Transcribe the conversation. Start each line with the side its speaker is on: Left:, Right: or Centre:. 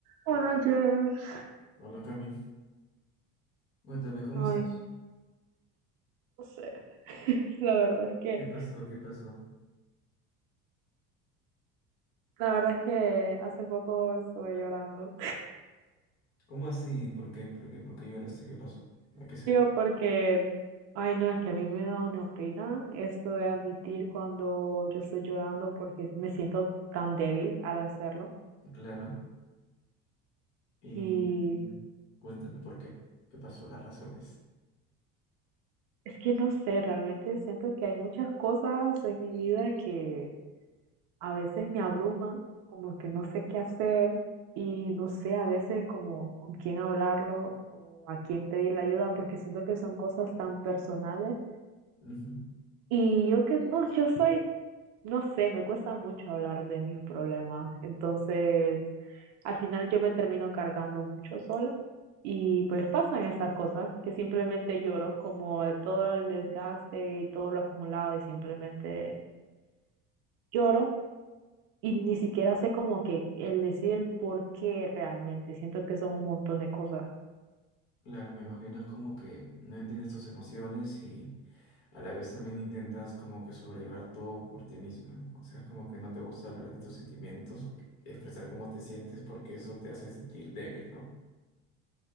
Right: Hola, James.
Left: Hola Cami, cuéntame, ¿cómo
Right: Ay,
Left: estás?
Right: no sé. <laughs> La verdad es que,
Left: ¿Qué pasó? ¿Qué pasó?
Right: la verdad es que hace poco estuve llorando.
Left: ¿Cómo así? ¿Por qué? ¿Por qué? ¿Por qué lloraste?
Right: <laughs>
Left: ¿Qué pasó? ¿A qué se
Right: Yo
Left: debe?
Right: porque, ay, no, es que a mí me da una pena esto de admitir cuando yo estoy llorando porque me siento tan débil al hacerlo.
Left: Claro. Y
Right: Y
Left: cuéntame por qué. ¿Qué pasó? Las razones.
Right: es que no sé, realmente siento que hay muchas cosas en mi vida que a veces me abruman, como que no sé qué hacer y no sé a veces como con quién hablarlo o a quién pedirle ayuda porque siento que son cosas tan personales
Left: Ujú.
Right: y yo que no, yo soy, no sé, me cuesta mucho hablar de mis problemas, entonces al final yo me termino cargando mucho sola. Y pues pasan esas cosas que simplemente lloro, como de todo el desgaste y todo lo acumulado y simplemente lloro Y ni siquiera sé como que el decir el por qué realmente. Siento que son un montón de cosas.
Left: Claro, me imagino es como que no entiendes tus emociones y a la vez también intentas como que sobrellevar todo por ti misma. O sea, es como que no te gusta hablar de tus sentimientos o que- expresar cómo te sientes porque eso te hace sentir débil, ¿no?